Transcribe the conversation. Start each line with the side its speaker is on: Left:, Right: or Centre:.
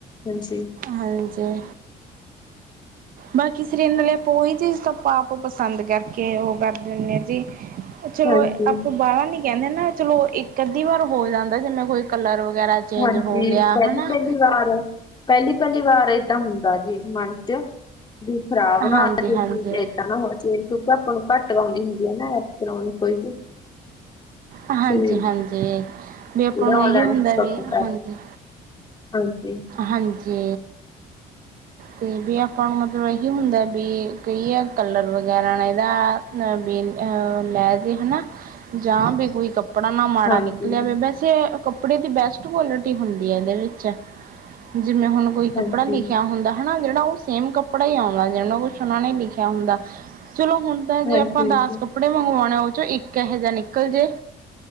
Left: ਹਾਂਜੀ,
Right: ਹਾਂਜੀ। ਬਾਕੀ ਸਰੀਰ ਨਾਲੇ ਆਪਾਂ ਓਹੀ ਚੀਜ ਤਾਂ ਆਪੋ ਆਪ ਪਸੰਦ ਕਰਕੇ ਓ ਕਰਦੇ ਹੁੰਨੇ ਜੀ। ਚਲੋ
Left: ਹਾਂਜੀ।
Right: ਆਪਾਂ ਬਾਲਾ ਨੀ ਕੈਂਦੇ ਨਾ ਚਲੋ ਇੱਕ ਅਧੀ ਵਾਰ ਹੋ ਜਾਂਦਾ ਜਿਵੇ ਕੋਈ ਕਲਰ ਵਗੈਰਾ ਚੇਂਜ
Left: ਹਾਂਜੀ
Right: ਹੋ ਗਿਆ
Left: ਪੈਲੀ-ਪੈਲੀ
Right: ਹਨਾ
Left: ਵਾਰ ਪੈਲੀ-ਪੈਲੀ ਵਾਰ ਏਦਾ ਹੁੰਦਾ ਜੀ ਮਨ 'ਚ। ਵੀ ਖਰਾਬ
Right: ਹਾਂਜੀ
Left: ਨਾ <unintelligible>
Right: ਹਾਂਜੀ
Left: ਏਦਾਂ ਨਾ ਹੋਏ। <unintelligible> ਕਿਉਂਕਿ ਆਪਾਂ ਨੂੰ ਘੱਟ ਆਉਂਦੀ ਹੁੰਦੀ ਐ ਨਾ ਐਪ ਚਲੋਣੀ ਕੋਈ ਵੀ।
Right: ਅ
Left: ਤੇ
Right: ਹਾਂਜੀ ਹਾਂਜੀ, ਬੀ ਅਪਾਂ
Left: ਜਿਹੜਾ
Right: ਨੂੰ
Left: ਔਨਲਾਈਨ
Right: ਏਹੀ ਹੁੰਦੈ
Left: ਸ਼ੋਪਿੰਗ
Right: ਵੀ
Left: ਐਪ
Right: ਹਾਂਜੀ।
Left: ਹਾਂਜੀ।
Right: ਹਾਂਜੀ। ਤੇ ਵੀ ਆਪਾਂ ਨੂੰ ਮਤਲਬ ਏਹੀ ਹੁੰਦਾ ਬੀ ਕਈ ਐ ਕਲਰ ਵਗੈਰਾ ਨਾ ਐਦਾ ਨ ਬੀ ਅ ਲੈ ਜੇ ਹੈਨਾ ਜਾਂ ਬੀ ਕੋਈ ਕੱਪੜਾ ਨਾ ਮਾੜਾ
Left: ਹਾਂਜੀ,
Right: ਨਿਕਲ ਆਵੇ ਵੈਸ ਤੇ ਓ ਕੱਪੜੇ ਦੀ ਬੈਸਟ ਕੁਆਲਿਟੀ ਹੁੰਦੀ ਐ ਐਦੇ ਵਿੱਚ ਜਿਮੇਂ ਹੁਨ ਕੋਈ ਕੱਪੜਾ
Left: ਹਾਂਜੀ,
Right: ਲਿਖਿਆ
Left: ਹਾਂਜੀ,
Right: ਹੁੰਦਾ। ਹਨਾ ਜੇੜਾ ਓ ਸੇਮ ਕੱਪੜਾ ਈ ਆਣ ਲਗ ਜਾਂਦਾ, ਕੁਛ ਉਨਾ ਨੇ ਲਿਖਿਆ ਹੁੰਦਾ, ਚਲੋ ਹੁਨ ਤਾ ਜੇ
Left: ਹਾਂਜੀ,
Right: ਅਪਾਂ ਦਾਸ ਕੱਪੜੇ ਮੰਗਵੋਣੇ ਓਹ ਚੋਂ ਇੱਕ ਏਹੇ ਜਾ ਨਿਕਲ ਜੇ